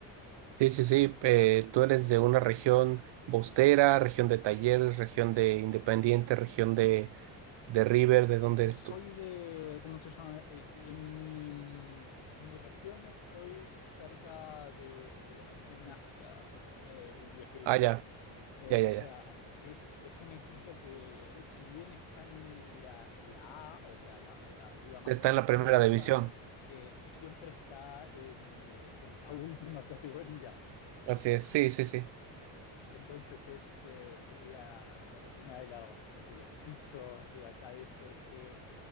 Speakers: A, on the right; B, on the left.
A: Sí, sí, sí. eh, tú eres de una región bostera, región de Talleres, región de Independiente, región de, de River. ¿De dónde
B: Eh,
A: eres
B: Soy
A: tú?
B: de, ¿cómo se llama? Eh, En mi, mm, en mi región estoy cerca de, de lo que es gimnasia eh, y esgrima.
A: Ah, ya,
B: Eh,
A: ya,
B: o
A: ya,
B: sea,
A: ya.
B: es, es un equipo que si bien está en la, la A, o sea, la, la liga más
A: Está
B: alta
A: en la primera
B: de por
A: división.
B: acá, eh, siempre está en, eh, en la <laughs> última categoría.
A: Así es. Sí, sí, sí.
B: Entonces es, eh, es la, eh, una de las, de los dichos de acá de esto, es que